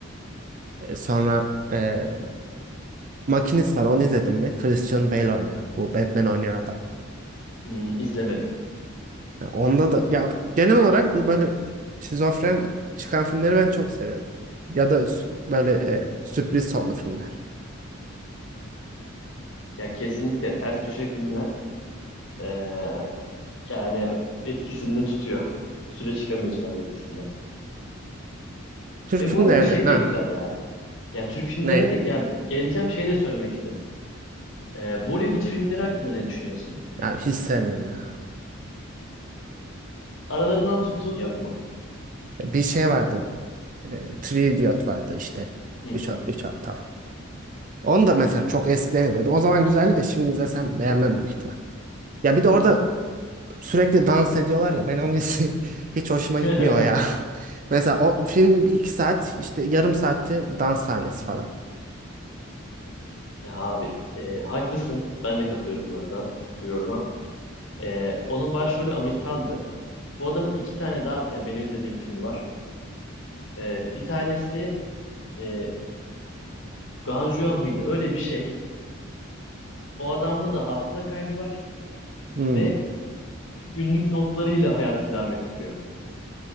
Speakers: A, on the right (about 40°); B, on the left (about 65°).
A: E, sonra e, Makinist var onu izledim mi? Christian Bale oynuyor. Bu Batman oynayan adam.
B: Hmm, izlemedim.
A: Ya Onda da ya genel olarak bu böyle şizofren çıkan filmleri ben çok seviyorum. Ya da s- böyle e, sürpriz sonlu filmler.
B: Ya kesinlikle ters köşe filmler eee, yani etkisinde tutuyor. Bir süre çıkamıyorsun abi etkisinden.
A: Türk
B: Ve
A: filmlerini
B: bu arada şey
A: ha
B: de güzel ya. Ya Türk filmlerine
A: ne
B: de ya geleceğim şey de söylemek istedim. Eee, Bollywood filmleri hakkında ne düşünüyorsun?
A: ya hiç sevmiyorum ya.
B: Aralarından tuttuğun yok mu?
A: E, Bir şey vardı. E, Three Idiot vardı işte.
B: Hı
A: Üç,
B: hı.
A: üç aptal. Onu da mesela çok eskiden izledim. O zaman güzeldi de şimdi izlesem beğenmem büyük ihtimal. Ya bir de orada sürekli dans ediyorlar ya. Ben onun hissi <laughs> hiç hoşuma
B: <laughs>
A: gitmiyor ya. <laughs> Mesela o film iki saat işte yarım saatte dans sahnesi falan.
B: Ya abi e, haklısın. Ben de katılıyorum bu arada bu yoruma. E, onun başrolü Amir Khan'dı. Bu adamın iki tane daha yani benim izlediğim filmi var. E, bir tanesi e, Ganjua mıydı? Öyle bir şey. O adamda da hafıza kaybı var
A: Hmm.
B: ve günlük notlarıyla hayatını devam ettiriyor.